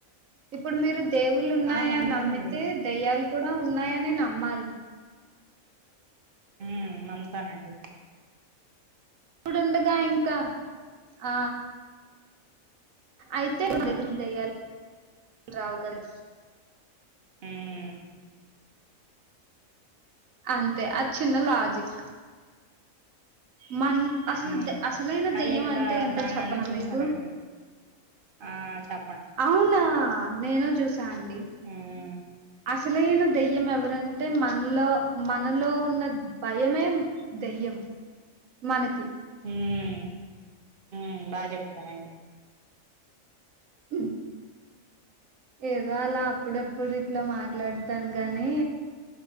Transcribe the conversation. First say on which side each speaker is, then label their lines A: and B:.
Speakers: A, on the right; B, on the right.
A: ఇప్పుడు మీరు దేవుళ్ళు ఉన్నాయా
B: ఆ నమ్ముతానండి
A: అని నమ్మితే దయ్యాల్ కూడా ఉన్నాయ అనే నమ్మాలి
B: హ్మ్ నమ్ముతానండి
A: ఇప్పుడుండుగా ఇంకా ఆ అయితే మన దగ్గరకు దయ్యాల్ రావు కదా
B: హ్మ్
A: అంతే ఆ చిన్న లాజిక్ మన్ అసలు
B: ఉమ్
A: అసలైన
B: మళ్ళీ
A: దెయ్యం
B: ఇంకా
A: అంటే ఏంటో
B: దానాన్న
A: చెప్పన
B: చూసానండి
A: మీకు
B: ఆ చెప్
A: అవునా నేను చూస్ తాండి
B: ఉమ్
A: అసలైన దెయ్యం ఎవరంటే మ మనలో మనలో ఉన్న భయమే దయ్యం మనకి
B: హ్మ్ హ్మ్ బా చెప్పారండి
A: ఉమ్, ఏదో అలా అప్పుడుప్పుడు ఇట్ల మాట్లాడతాను గానీ